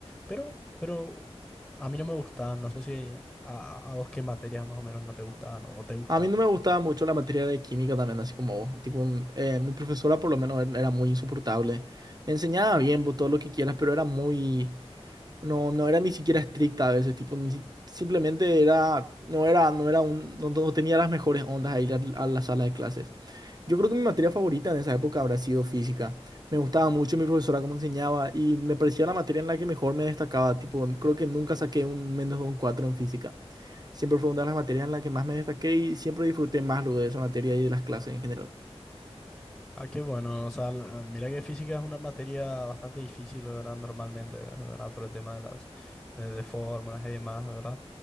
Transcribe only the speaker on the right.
A mí no me gustaba mucho la materia de química también, así como vos. Tipo, mm, eh, mi profesora por lo menos er- era muy insoportable. Enseñaba bien, vos, todo lo que quieras, pero era muy... No, no era ni siquiera estricta a veces, tipo, ni si- simplemente era... No era, no era un... No, no tenía las mejores ondas a ir a, a la sala de clases. Yo creo que mi materia favorita en esa época habrá sido física. Me gustaba mucho mi profesora cómo enseñaba y me parecía la materia en la que mejor me destacaba. Tipo, creo que nunca saqué un menos de un 4 en física. Siempre fue una de las materias en la que más me destaqué y siempre disfruté más luego de esa materia y de las clases en general.